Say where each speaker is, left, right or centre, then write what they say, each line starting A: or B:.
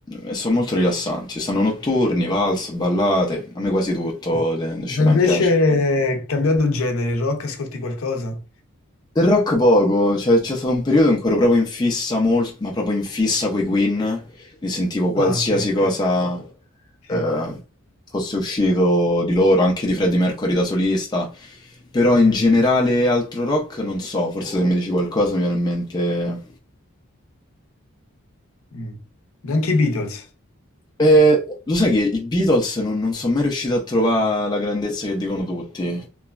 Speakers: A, on the left; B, on the left.
A: e sono molto rilassanti. Ci Stanno notturni, valse, ballate. A me quasi tutto de, de
B: Ma
A: Chopin
B: invece,
A: piace.
B: cambiando genere, il rock, ascolti qualcosa?
A: Del rock poco, cioè c'è stato un periodo in cui ero proprio in fissa molto, ma proprio in fissa coi Queen, mi sentivo qualsiasi
B: Ah, ok, ok,
A: cosa
B: sì,
A: eh, fosse uscito di loro, anche di Freddie Mercury da solista, però
B: sì.
A: in generale altro rock non so, forse se mi dici qualcosa mi viene in mente
B: mm. Neanche i Beatles.
A: Eh, lo sai che i Beatles non, non sono mai riusciti a trovare la grandezza che dicono tutti.